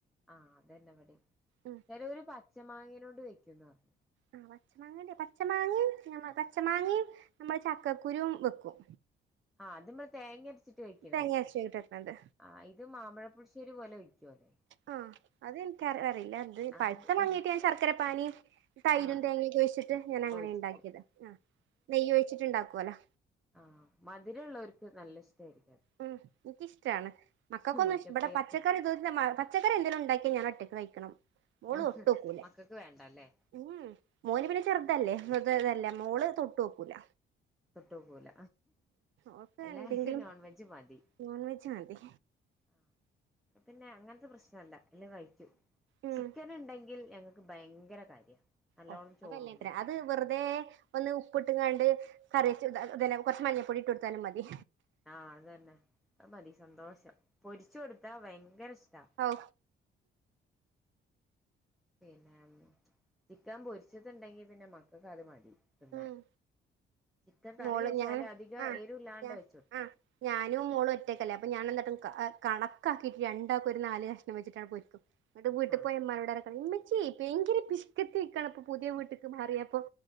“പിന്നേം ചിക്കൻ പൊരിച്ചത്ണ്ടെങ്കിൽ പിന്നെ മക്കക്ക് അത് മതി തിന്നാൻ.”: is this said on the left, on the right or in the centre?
Centre